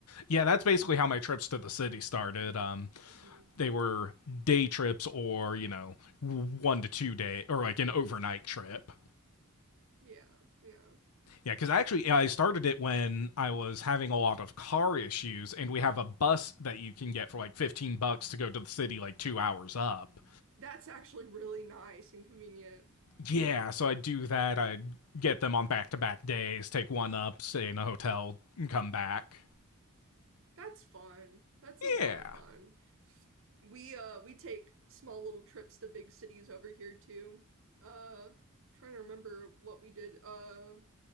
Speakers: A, on the left; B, on the right.
A: Yeah, that's basically how my trips to the city started. Um,
B: hmm
A: they were day trips or you know one to two day or like an overnight trip
B: Yeah, yeah.
A: yeah because actually i started it when i was having a lot of car issues and we have a bus that you can get for like 15 bucks to go to the city like two hours up
B: That's actually really nice and convenient.
A: yeah so i do that i get them on back-to-back days take one up stay in a hotel and come back
B: That's fun. That's a lot
A: yeah
B: of fun. We uh we take small little trips to big cities over here too. Uh trying to remember what we did. Uh